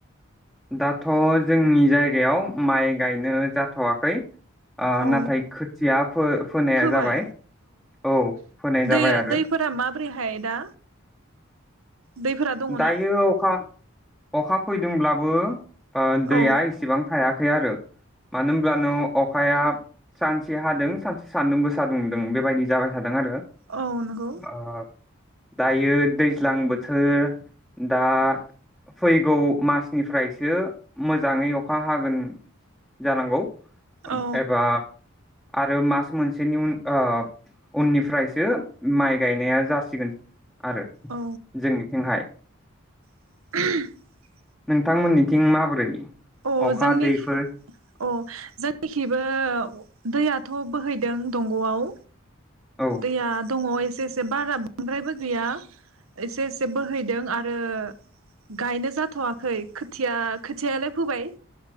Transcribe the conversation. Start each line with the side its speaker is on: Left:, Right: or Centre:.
Centre: दाथ' जोंनि जायगायाव माइ गायनो जाथ'वाखै आ
Right: औ
Centre: नाथाय खोथिया फो-फोनाया
Right: फोबाय
Centre: जाबाय औ फोनाय जाबाय
Right: दै
Centre: आरो
Right: दैफोरा माबोरैहाय दा दैफोरा दङना
Centre: दायो अखा अखा फैदोंब्लाबो ओ दैया
Right: औ
Centre: इसिबां हायाखै आरो मानो होमब्लानो अखाया सानसे हादों सानसे सानदुं गोसा दुंदों बेबायदि जाबाय था दों आरो
Right: औ नंगौ
Centre: ओ दायो दैज्लां बोथोर दा फैगौ मासनिफ्रायसो मोजाङै अखा हागोन जानांगौ
Right: औ
Centre: एबा आरो मास मोनसेनि उन ओ उननिफ्रायसो माइ गायनाया जासिगोन। आरो
Right: औ
Centre: जोंनिथिंहाय
Right: <unintelligible>
Centre: नोंथांमोननिथिं माबोरै
Right: अ
Centre: अखा
Right: जोंनि
Centre: दैफोर
Right: औ जोंनिखिबो दैयाथ' बोहैदों दंग'आव
Centre: औ
Right: दैया दङ एसे एसे बारा बांद्रायबो गैया। एसे एसे बोहैदों आ रो गायनो जाथ'आखै खोथिया खोथियालाय फोबाय